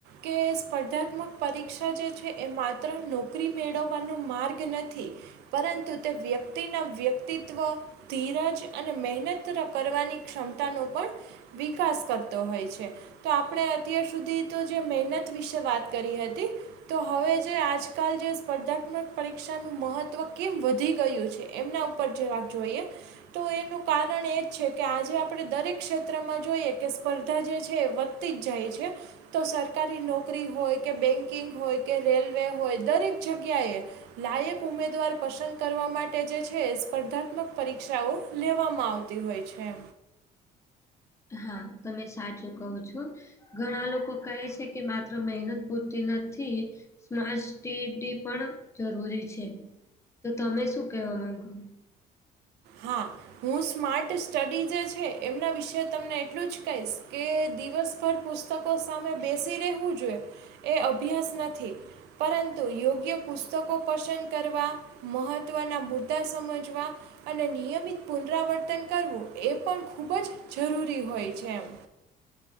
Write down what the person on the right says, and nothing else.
કે સ્પર્ધાત્મક પરીક્ષા જે છે એ માત્ર નોકરી મેળવવાનો માર્ગ નથી પરંતુ તે વ્યક્તિના વ્યક્તિત્વ ધીરજ અને મહેનત કરવાની ક્ષમતાનો પણ વિકાસ કરતો હોય છે તો આપણે અત્યાર સુધી તો જે મહેનત વિશે વાત કરી હતી તો હવે જે આજકાલ જે સ્પર્ધાત્મક પરીક્ષાનું મહત્ત્વ કેમ વધી ગયું છે એમના ઉપર પરચે રાખ જોઈએ તો એનું કારણ એ જ છે કે આજે આપણે દરેક ક્ષેત્રમાં જોઈએ કે સ્પર્ધા જે છે એ વધતી જ જાય છે તો સરકારી નોકરી હોય કે બેન્કિંગ હોય કે રેલવે હોય દરેક જગ્યાએ લાયક ઉમેદવાર પસંદ કરવા માટે જે છે સ્પર્ધાત્મક પરીક્ષાઓ લેવામાં આવતી હોય છે
હા. હું સ્માર્ટ સ્ટડી જે છે એમના વિશે તમને એટલું જ કહીશ કે દિવસ ર પુસ્તકો સામે બેસી રહેવું જોઈએ એ અભ્યાસ નથી. પરંતુ યોગ્ય પુસ્તકો પસંદ કરવા. મહત્ત્વના મુદ્દા સમજવા. અને નિયમિત પુનરાવર્તન કરવું એ પણ ખૂબ જ જરૂરી હોય છે એમ.